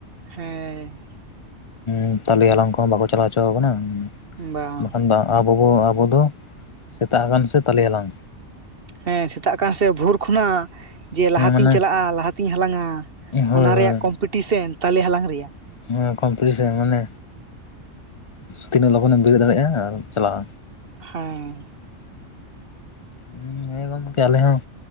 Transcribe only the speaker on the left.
ᱩᱸ ᱛᱟᱞᱮ ᱦᱟᱞᱟᱝ ᱠᱚᱦᱚᱸ ᱵᱟᱠᱚ ᱪᱟᱞᱟᱣ ᱦᱚᱪᱚ ᱠᱟ ᱠᱟᱱᱟ
ᱵᱟᱠᱷᱟᱱ ᱫᱚ ᱟ ᱵᱳᱵᱳ ᱟᱵᱳ ᱫᱚ ᱥᱮᱛᱟᱜ ᱟᱠᱟᱱ ᱥᱮ ᱛᱟᱞᱮ ᱦᱟᱞᱟᱝ᱾
ᱦᱮᱸ
ᱢᱟᱱᱮ
ᱦᱳᱭ
ᱦᱳᱭ
ᱦᱮᱸ ᱠᱚᱢᱯᱤᱴᱤᱥᱮᱱ ᱢᱟᱱᱮ, ᱛᱤᱱᱟᱹᱜ ᱞᱚᱜᱚᱱᱮᱢ ᱵᱮᱨᱮᱫ ᱫᱟᱲᱮᱜ-ᱟ ᱟᱨ ᱪᱟᱞᱟᱣ᱾
ᱦᱩᱸ ᱦᱮᱸ ᱜᱚᱝᱠᱮ ᱟᱞᱮ ᱦᱚᱸ